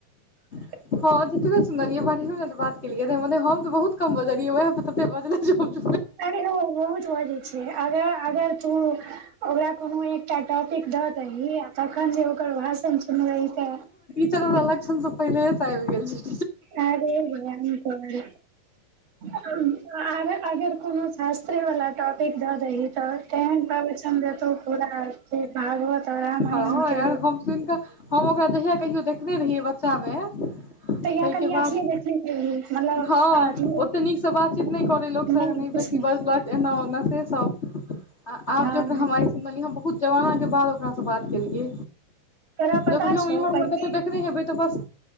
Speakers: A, on the right; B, on the left.
A: हे
B: हँ ज सुनलिए बिस मिनट बात केलिय मने हम तऽ बहुत कम बजलियै जे हम तऽ चुप
A: अरे ओ बहुत बजै छै अगर अगर तु ओकरा कुनू एकटा टॉपिक दहि तखन जै‌ ओकर भाषण रहि त
B: चलु लक्षण तऽ पहिले आब गेल छी
A: अरे र अ कह अगर कोनो शास्त्र वाला टॉपिक द दही ते तेहन प्रवचन देतौ पूरा भागवत और रामायण
B: हँ
A: के
B: यार हम सुन कऽ हम ओकरा जहिया कहियो देखने रहियै बच्चा में ताहि
A: तहिया कनि
B: के बाद
A: अथिये देखने रही मतलब
B: हँ
A: अथी
B: ओते नीकसँ बातचीत नहि करै लोक
A: नहि किछ
B: बेसी
A: नहि
B: बाजलख एना ओना से सब सब आ आब
A: हँ
B: जे ओकरा हम आइ सुनलियै बहुत जमाना के बाद ओकास से हम बात केलियै
A: तोरा पता
B: देखने
A: छौ
B: एमर उमहर
A: पहिले
B: कत्तो देखने हेबै तऽ बस